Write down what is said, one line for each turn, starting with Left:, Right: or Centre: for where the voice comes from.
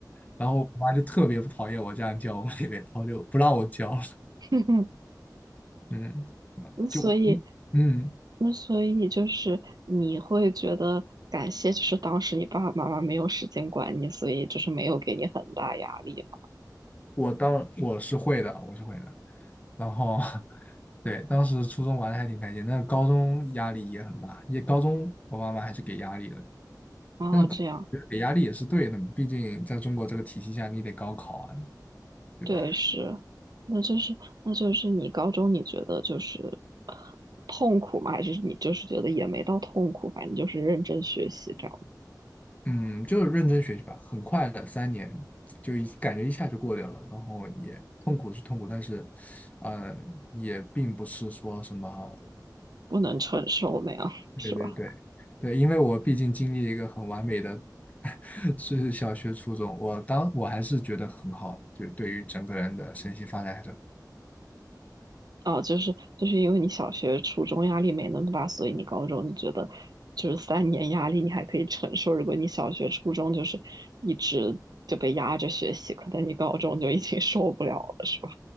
Left: 然后我妈就特别不讨厌我这样教我妹妹，然后就不让我教了。
Right: <laughs>
Left: 嗯，
Right: 那所以
Left: 就嗯，嗯
Right: 那所以就是你会觉得感谢，就是当时你爸爸妈妈没有时间管你，所以就是没有给你很大压力嘛。
Left: 我当我是会的，我是会的。然后 <laughs> 对，当时初中玩的还挺开心，但是高中压力也很大，也高中我妈妈还是给压力了的，
Right: 哦，
Left: 但是高我觉得给压力也是对的嘛，
Right: 这样。
Left: 毕竟在中国这个体系下，你得高考啊，对吧？
Right: 对，是，那就是那就是你高中你觉得就是呃痛苦吗？还是你就是觉得也没到痛苦，反正就是认真学习这样，
Left: 嗯，就是认真学习吧，很快的三年就一感觉一下就过掉了，然后也痛苦是痛苦，但是呃也并不是说什么。
Right: 不能承受那样，<laughs>
Left: 对对对
Right: 是吧？
Left: 对，因为我毕竟经历一个很完美的，<laughs> 是小学、初中，我当我还是觉得很好，就是对于整个人的身心发展还是
Right: 啊，就是就是因为你小学、初中压力没那么大，所以你高中你觉得就是三年压力你还可以承受。如果你小学、初中就是一直就被压着学习，可能你高中就已经受不了了，是吧？